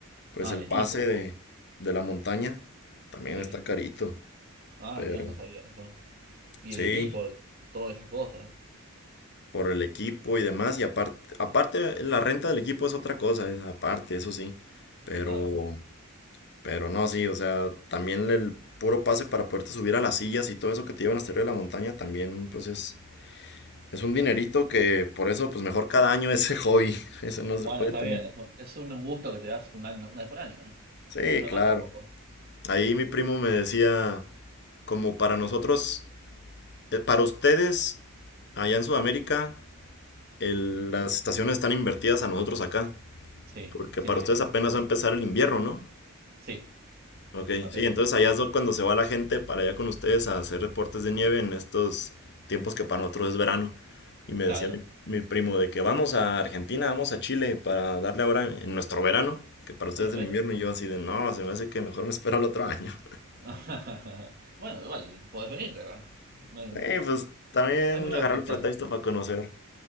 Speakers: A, on the left; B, on the right.
A: pues
B: Ah,
A: el
B: el equipo.
A: pase de, de la montaña también
B: Sí.
A: está carito.
B: Ah,
A: Pero
B: mirá, no sabía eso. Y
A: sí,
B: el equipo, todas esas cosas.
A: por el equipo y demás. Y aparte, aparte la renta del equipo es otra cosa, es aparte, eso sí. Pero
B: Ay, muy...
A: Pero no, sí, o sea, también el puro pase para poderte subir a las sillas y todo eso que te llevan hasta arriba de la montaña también, pues es, es un dinerito que por eso, pues mejor cada año ese hobby. <laughs> eso no
B: Bueno,
A: se puede
B: está
A: tan...
B: bien, eso. Es un gusto que te das una, una vez por año. No
A: Sí,
B: No está
A: claro.
B: mal tampoco.
A: Ahí mi primo me decía, como para nosotros, eh, para ustedes, allá en Sudamérica, el- las estaciones están invertidas a nosotros acá.
B: Sí,
A: Porque
B: sí,
A: para
B: sí.
A: ustedes apenas va a empezar el invierno, ¿no?
B: Sí,
A: Ok,
B: apenas.
A: sí, entonces allá es cuando se va la gente para allá con ustedes a hacer reportes de nieve en estos tiempos que para nosotros es verano. Y me decía
B: Claro.
A: mi, mi primo de que vamos a Argentina, vamos a Chile para darle ahora en nuestro verano, que para ustedes
B: Ay, bueno.
A: es el invierno. Y yo así de, no, se me hace que mejor me espero el otro año. <laughs>
B: <laughs> Bueno, igual, podés venirte acá. No hay,
A: Eh, pues también
B: hay muchas
A: agarrar
B: pistas.
A: el pretexto para conocer.